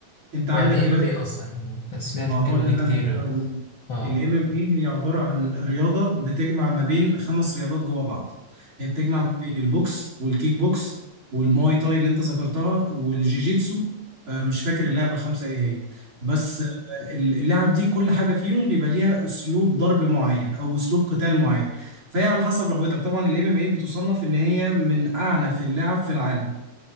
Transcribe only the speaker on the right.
انت
عندك
دلوقتي
ما
هو ده
اللي
انا كنت هقوله
الام ام اي هي عباره عن رياضه بتجمع ما بين خمس رياضات جوه بعض هي بتجمع ما بين البوكس والكيك بوكس والماي تاي اللي انت ذكرتها والجيجيتسو آه، مش فاكر
اللعبه الخمسه ايه هي بس آه، اللعب دي كل حاجه فيهم بيبقى ليها اسلوب ضرب معين او اسلوب قتال معين فهي على حسب رغبتك طبعا الام ام اي بتصنف ان هي من اعنف اللعب في العالم